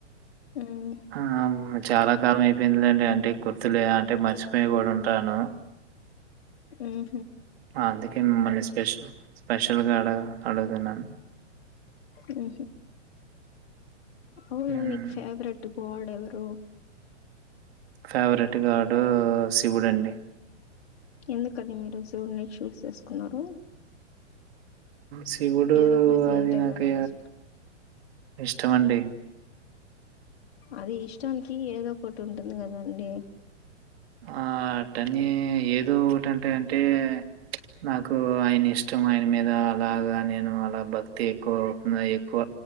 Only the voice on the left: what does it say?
మ్మ్.
ఆహ
ఇ అవును
మీకు ఫేవరెట్ కోడెవరు
ఎందుకండి మీరు శివుడిని చూస్ చేసుకున్నారు
ఏదో ఒక రీజన్
ఉంటాయి
కానీ అలా చే
అది ఇష్టానికి ఏదో ఒకటి ఉంటుంది కదండి